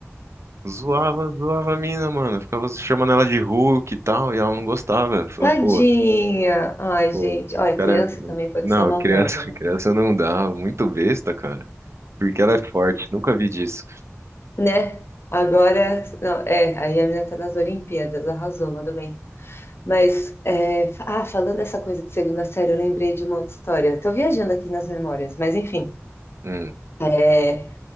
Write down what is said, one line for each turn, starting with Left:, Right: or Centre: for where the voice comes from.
Right: Zoava, zoava a mina, mano. Ficava chamando ela de Hulk e tal, e ela não gostava. Falei,
Left: Tadinha!
Right: pô,
Left: Ai,
Right: pô,
Left: gente,
Right: os
Left: olha,
Right: cara.
Left: criança também pode
Right: Não,
Left: ser maldosa,
Right: criança, <laughs>
Left: né?
Right: criança não dá. Muito besta, cara. Porque ela é forte, nunca vi disso.
Left: Né? Agora, não, é, aí a menina tá nas Olimpíadas, arrasou, mandou bem. Mas, é, fa- ah, falando dessa coisa de segunda série, eu lembrei de uma outra história. Eu Tô viajando aqui nas memórias, mas enfim,
Right: Hum,
Left: é,